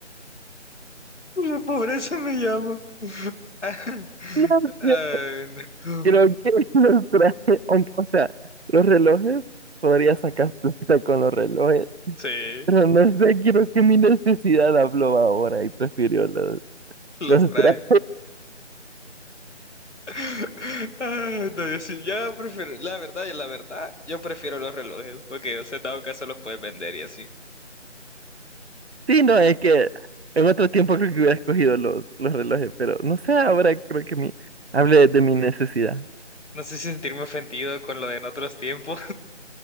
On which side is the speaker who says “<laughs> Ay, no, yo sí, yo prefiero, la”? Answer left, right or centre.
Left